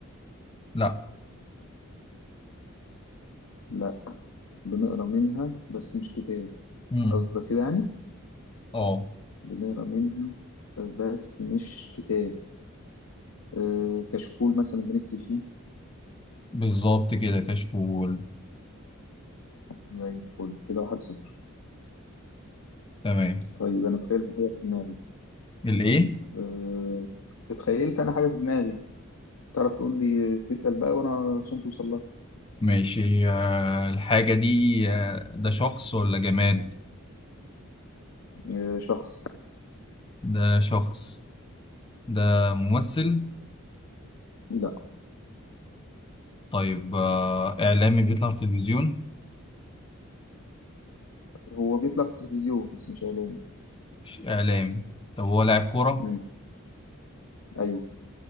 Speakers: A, on the left; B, on the left.
A: لا
B: لا بنقرا منها بس مش كتاب
A: امم
B: قصدك كده يعني
A: اه
B: بنقرا منها آه، بس مش كتاب آه، كشكول مثلا بنكتب فيه
A: بالظبط كده كشكول
B: زي الفل كده واحد صفر
A: تمام
B: طيب انا تخيلت حاجه في دماغي
A: الايه
B: آه، اتخيلت انا حاجه في دماغي تعرف تقول لي تسأل بقى وانا عشان توصل لها
A: ماشي آه، الحاجة دي آه، ده شخص ولا جماد؟
B: آه، شخص
A: ده شخص ده ممثل
B: لا
A: طيب آه، إعلامي بيطلع في التلفزيون
B: هو بيطلع في التلفزيون بس مش اعلامي
A: مش إعلامي طب هو لاعب كورة؟
B: مم، ايوه